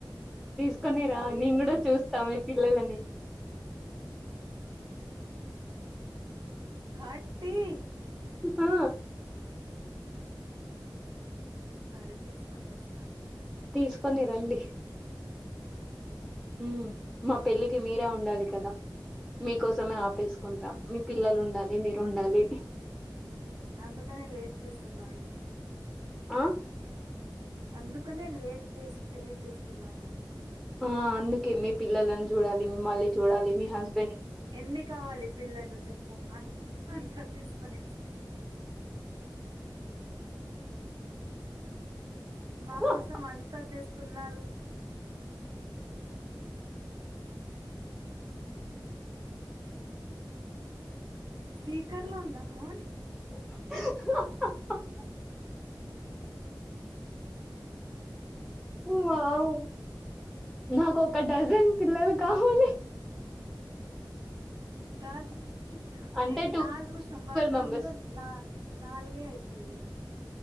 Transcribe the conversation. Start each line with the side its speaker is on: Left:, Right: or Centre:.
Centre: క్కొని రాని నేన్కూడా చూస్తా మీ పిల్లలని
Right: హా ట్టీ
Centre: ఆ
Right: సరే తీసుకొని వస్తా
Centre: తీసుకొని రండి. ఉ మా పెళ్ళికి మీరే వుండాలి కదా. మీకోసమే
Right: ఉమ్
Centre: ఆపేసుకుంటా మీ పిల్లలు ఉండాలి మీరుండాలి.
Right: హుహు అందుకనే లేట్ చేస్తున్నారు.
Centre: ఆ
Right: అందుకనే లేట్ పేస్ పెళ్లి చేస్తున్నావా.
Centre: ఆ అందుకే మీ పిల్లలని చూడాలి మిమల్ని చూడాలి మీ హస్
Right: ఎన్ని కావాలి పిల్లలు చెప్పు అన్ అంతా తీస్కొని వస్త, మా కోసం
Centre: అ
Right: అంతా చేస్తున్నారు. స్పీకర్ లో ఉందా ఫోన్.
Centre: హహ వావ్ నాకు ఒక డజన్ పిల్లలు కావలి
Right: దస్
Centre: అంటే
Right: అయి నాలుగు సంవత్సరములు
Centre: మెంబర్స్.
Right: నాల్గే అయితది